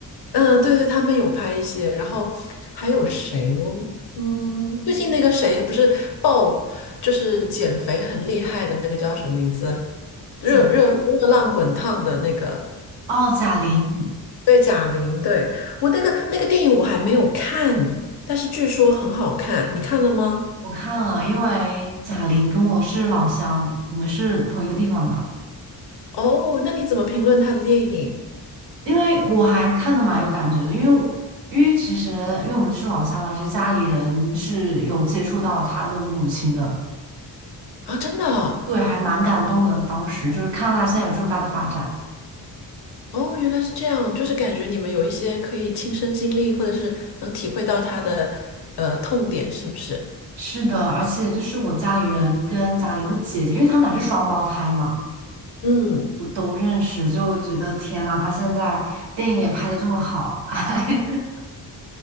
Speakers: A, on the left; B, on the right.
A: 嗯，对对，他们有拍一些，然后还有谁呢？嗯，最近那个谁不是爆，就是减肥很厉害的那个叫什么名字？热热热浪滚烫的那个。
B: 在哦，贾玲，
A: 对，贾玲，对，我那个那个电影我还没有看，但是据说很好看，你看了吗？
B: 我看了，因为贾玲跟我是老乡，我们是同一个地方的。
A: 哦，那你怎么评论她的电影
B: 因为我还看的蛮有感觉的，因为我因为其实因为我们是老乡嘛，其实家里人是有接触到他的母亲的，
A: 啊？真的啊
B: 对，还蛮感动的。当时就是看到他现在有这么大的发展。
A: 哦，原来是这样，就是感觉你们有一些可以亲身经历，或者是能体会到她的呃痛点，是不是？
B: 是的，而且就是我家里人跟贾玲的姐姐，因为他们俩是双胞胎嘛，
A: 嗯，
B: 我都认识，就觉得天呐，她现在电影也拍的这么好，<laughs> 哎，